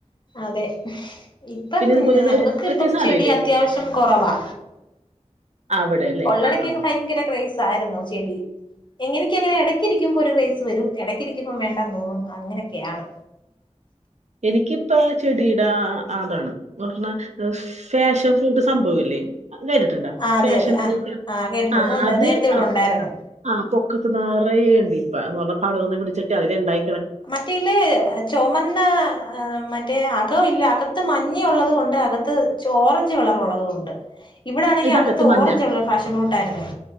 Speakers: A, on the left; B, on the right.
A: അതെ ഇപ്പം
B: പിന്നെ ഇതുപോലെ
A: ഞങ്ങൾക്ക്
B: ഒരു മറ്റേ
A: ഇപ്പം
B: സാധനം
A: ചെടി
B: ഇല്ലേ
A: അത്യാവശ്യം കുറവാ
B: അവിടെ അല്ലേ
A: ഉള്ളിടയ്ക്ക്ങ്ങ്
B: ആ ആ
A: ഭയങ്കര ക്രേസ് ആയിരുന്നു ചെടി എങ്ങനെയക്ക അങ്ങനെ ഇടയ്ക്കി ഇരിക്കുമ്പോ ഒരു ക്രേസ് വരും ഇടക്കിരിക്കുമ്പം വേണ്ടാ തോന്നും അങ്ങനെയൊക്കെയാണ്
B: എനിക്കിപ്പ ചെടിയുടെ ആതാണ് പറഞ്ഞാ ഫാഷൻ ഫൂട്ട് സംഭവല്ലേ കേട്ടട്ടുണ്ടോ
A: ആ അതെ
B: ഫാഷൻ
A: അതെ ആ
B: ഫൂട്ട
A: കേട്ടിട്ടുണ്ട്
B: ആ
A: ഉണ്ട്
B: അത്
A: നേരത്തെ ഇവിടെ
B: ആ
A: ഉണ്ടായിരുന്നു
B: ആ പൊ നെറെയുണ്ട് ഇപ്പ പറ പന്ന പിടിച്ചിട്ട് അതി രണ്ടായിര
A: മറ്റേല്ല ചൊമന്ന ആ മറ്റേ അകവ ഇല്ല അകത്ത് മഞ്ഞ ഉള്ളത് കൊൊണ്ട് അകത്ത് ഓറഞ്ച് കളറൊള്ളത് കൊൊണ്ട് ഇവിടെ ആണെങ്കിൽ
B: ഇതകത്ത്
A: അകത്ത്
B: മഞ്ഞ
A: ഓറഞ്ച് ഉള്ള ഫാഷൻ ഫ്രൂട്ടായിരുന്നേ